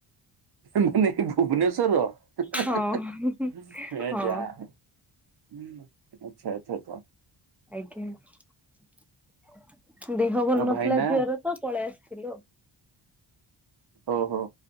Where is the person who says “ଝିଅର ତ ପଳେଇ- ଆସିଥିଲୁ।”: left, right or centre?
Centre